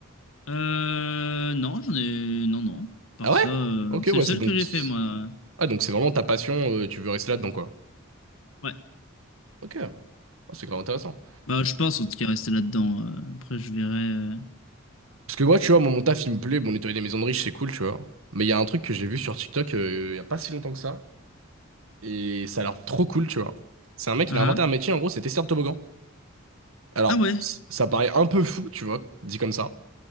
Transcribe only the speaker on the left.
Euh, non, j'en ai... Non, non. Par
ça, euh,
c'est
le seul
que j'ai fait, moi.
Ouais.
Bah, je pense, en tout cas, rester là-dedans. euh, Après, je verrai... euh.
Ah,
ah.
Ah ouais.